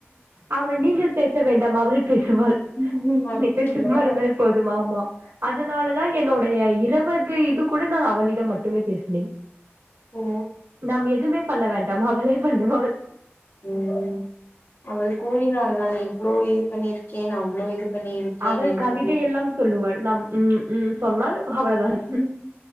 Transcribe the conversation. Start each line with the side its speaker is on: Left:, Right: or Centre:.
Right: அவள் நீங்கள் பேச வேண்டாம் அவளே பேசுவாள்
Left: ம் அப்டியா
Right: நிக்கள் சும்மா இருந்தாலே போதும் ஆமா அதுனால நா என்னுடைய இருவது இது கூட நான் அவளிடம் மட்டுமே பேசினேன்
Left: ஓ
Right: நாம் எதுமே பண்ண வேண்டாம் அவளே பண்ணுவாள்
Left: ம் அவள் கூறினாள் நான் இவ்ளோ இது பண்ணிருக்கேன் அவ்ளோ இது பண்ணியிருக்கேன்
Right: அவள்
Left: என்று
Right: கவிதை எல்லாம் சொல்லுவாள் நம் ம் ம் சொன்னால் அவ்ளோதான்
Left: கூறிக்கொண்டு